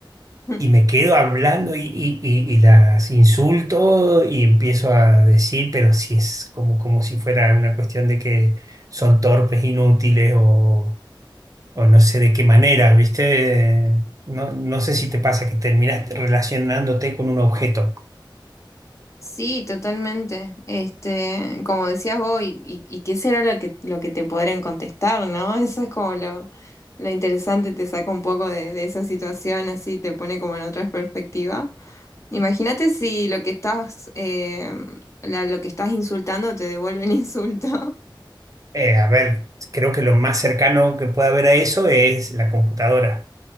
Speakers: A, on the left (about 35°); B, on the right (about 40°).
A: <laughs>
B: y me quedo hablando y, y- y- y las insulto y empiezo a decir, pero si es como, como si fuera una cuestión de que son torpes, inútiles o o no sé de qué manera, ¿viste? No, no sé si te pasa que terminas relacionándote con un objeto.
A: Sí, totalmente. Este, como decías vos, y, y- y qué será lo que, lo que te podrían contestar, ¿no? <laughs> Eso es como lo, lo interesante, te saca un poco de, de esa situación, así te pone como en otra perspectiva. Imagínate si lo que estás, eh, la- lo que estás insultando te devuelve el insulto.
B: Eh, a ver, creo que lo más cercano que puede haber a eso es la computadora.